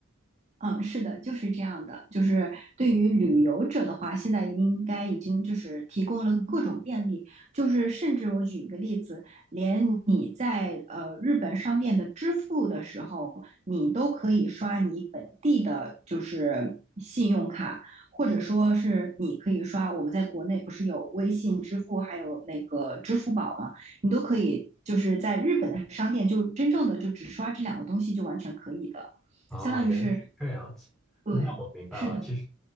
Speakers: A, on the right; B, in the centre.
A: 嗯，是的，就是这样的。就是对于旅游者的话，现在应该已经就是提供了各种便利，就是甚至我举一个例子，连你在呃日本商店的支付的时候，你都可以刷你本地的，就是信用卡，或者说是你可以刷我们在国内不是有微信支付，还有那个支付宝吗？你都可以就是在日本的商店，就真正的就只刷这两个东西就完全可以的。
B: 哦，
A: 相当于是
B: 原来是这样子。
A: 对，
B: 那我明白了。
A: 是的，
B: 其实